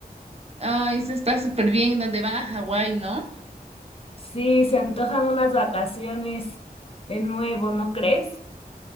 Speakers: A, on the right (about 40°); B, on the left (about 35°).
A: Ay, eso está súper bien, donde van a Hawái, ¿no?
B: Sí, se antojan unas vacaciones de nuevo, ¿no crees?